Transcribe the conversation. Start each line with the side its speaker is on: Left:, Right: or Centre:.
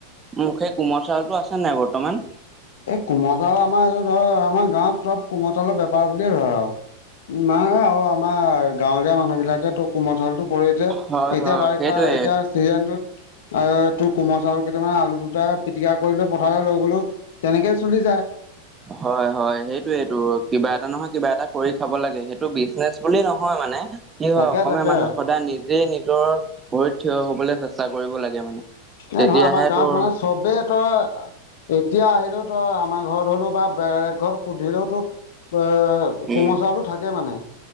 Right: মো সেই কোমল চাউলটো আছে নাই বৰ্তমান?
Left: এই কোমল চাউল আমাৰ এইটো ধৰ আমাৰ গাঁৱত চব কোমল চাউলৰ বেপাৰ বুলিয়ে ধৰ আৰু। নাই আৰু আমাৰ গাঁৱলীয়া মানুহবিলাকে তোক কোমল চাউলটো কৰোঁতে,
Right: হয়
Left: এতিয়া
Right: হয়
Left: বাৰিষা
Right: সেইটোয়ে
Left: এতিয়া চিজনটোত এ, তোৰ কোমল চাউল কেইটামানে আলু দুটা পিটিকা কৰিলোঁ পথাৰলৈ লৈ গ'লো। তেনেকে চলি যায়।
Right: <inaudible> হয় হয় সেইটোৱেইটো, কিবা এটা নহয় কিবা এটা কৰি খাব লাগে, সেইটো বিজনেচ বুলি নহয় মানে। কি হয়
Left: তাকে
Right: অসমীয়া
Left: তাকে
Right: মানুহে সদায় নিজেই নিজৰ ভৰিত থিয় হ'বলৈ চেষ্টা কৰিব লাগে মানে। তেতিয়াহে
Left: এই নহয় আমাৰ গাঁৱত
Right: তোৰ
Left: মানে চবেই তই এতিয়া আহিলেও তই আমাৰ ঘৰত হ'লেও বা বেলেগ ঘৰত সুধিলেও তোৰ এ
Right: উম
Left: কোমল চাউলটো থাকে মানে,